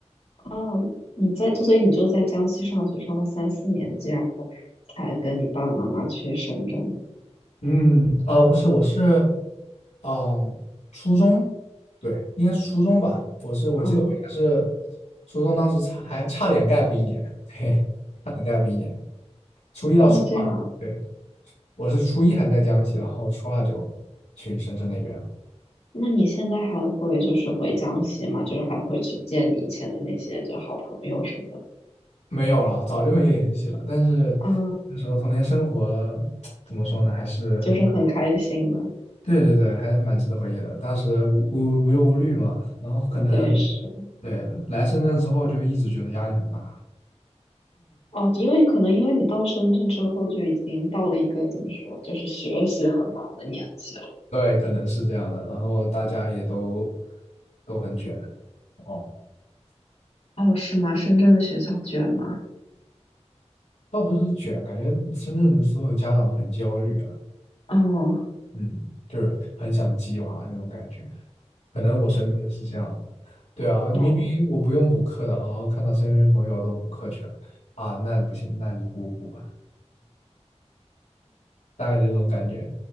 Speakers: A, on the left (about 65°); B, on the left (about 85°).
A: 哦你在所以你就在江西上学上了三四年级，然后才跟你爸爸妈妈去深圳的
B: 嗯，啊，不是，我是嗯初中，对，应该是初中吧。我是我记得我应该是
A: 啊
B: 初中，当时差还差点 gap 一年，嘿，差点 gap 一年，初一到初二，
A: 哦这样
B: 对，我是初一还在江西，然后初二就去深圳那边了。
A: 那你现在还会就是回江西吗？就是还会去见你以前的那些就好朋友什么的
B: 没有了，早就没联系了。但是
A: 啊，
B: 那时候童年生活怎么说呢，还是非常，
A: 就是很开心的。
B: 对对对，还是蛮值得回忆的。当时无无无忧无虑嘛，然后可能
A: 对，是
B: 对来深圳之后就一直觉得压力很大，
A: 哦，因为可能因为你到深圳之后就已经到了一个怎么说，就是学习很忙的年纪了。
B: 对，可能是这样的。然后大家也都都很卷哦，
A: 哦，是吗？深圳的学校卷吗？
B: 倒不是卷，感觉深圳的所有家长都很焦虑啊，
A: 哦
B: 嗯，就是很想鸡娃那种感觉。可能我身边是这样的，对啊，你明明我不用补课的，
A: 哦
B: 然后看到身边朋友都补课去了，啊，那不行，那你补补吧，大概就这种感觉，